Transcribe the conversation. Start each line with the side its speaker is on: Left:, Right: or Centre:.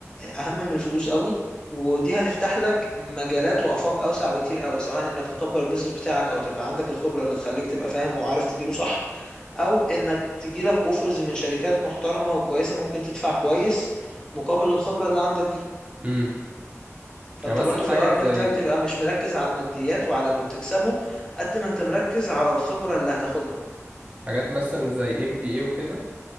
Left: اهم من الفلوس قوي ودي هتفتح لك مجالات وافاق اوسع بكتير قوي سواء انك تكبر البيزنس بتاعك او تبقى عندك الخبره اللي تخليك تبقى فاهم وعارف تديره صح او انك تجيلك اوفرز من شركات محترمه وكويسه ممكن تدفع كويس مقابل الخبره اللي عندك دي
Right: امم
Left: فانت
Right: يعني مثلا
Left: برضو في
Right: حاجة
Left: الاول
Right: زي
Left: محتاج تبقى مش مركز على الماديات وعلى اللي بتكسبه قد ما انت مركز على الخبره اللي هتاخدها
Right: حاجات مثلا زي ام بي اي وكده